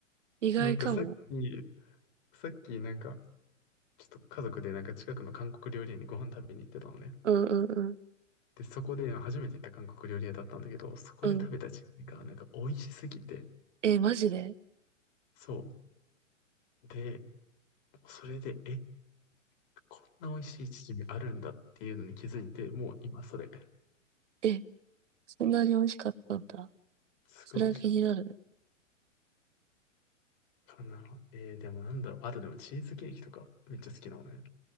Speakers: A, on the right (about 70°); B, on the left (about 45°).
A: 意外かも。
B: なんかさっき、さっきなんか、ちょっと家族でなんか近くの韓国料理屋にご飯食べに行ってたのね。
A: うんうん
B: で、そこで初めて行った韓国料理屋だったんだけど、そこで食べたチヂミがなんか美味しすぎて、
A: うん。うん。え、マジで
B: そう。で、それで、え、こんな美味しいチヂミあるんだっていうのに気づいて、もう今それ、
A: え、そんなに美味しかったんだ。
B: すごい美味しかっ
A: それは気になるね。
B: たかな。えーでもなんだろう。あとでもチーズケーキとかめっちゃ好きなのね。